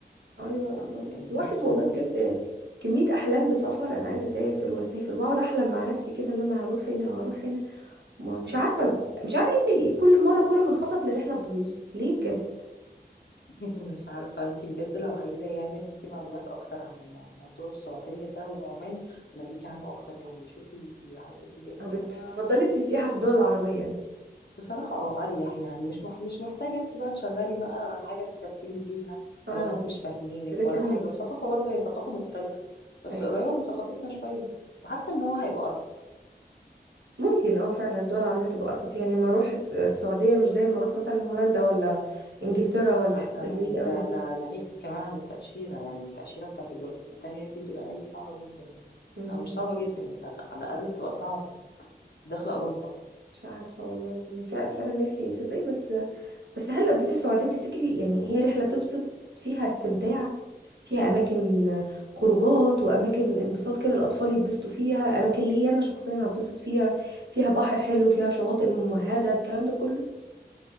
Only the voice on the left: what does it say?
يعني من كتر
ما
انتي بتشوفي
<laughs> مش عارفة انتي بجد لو عايزة يعني اديكي معلومات اكتر عن موضوع السعودية ده وعمان انا اديكي عنه اكتر يعني شوفي عايزة تيجي امتى
وانا
بصراحة اه أريح يعني مش مح مش محتاجة انت بقى تشغلي بقى حاجة تترجمي بيها
ولا ناس مش فاهمينك
ولا حاجة
وثقافة برضه هي ثقافة مختلفة بس
قريبة من ثقافتنا شوية وحاسة ان هو هيبقى أرخص
مثلا
ده
ده ناهيكي كمان عن التأشيرة يعني التأشيرة بتاعت البلاد التانية اللي انت بتقولي عليها دي صعبة جدا
أو مش صعبة جدا يعني على على الأقل بتبقى صعبة داخلة أوروبا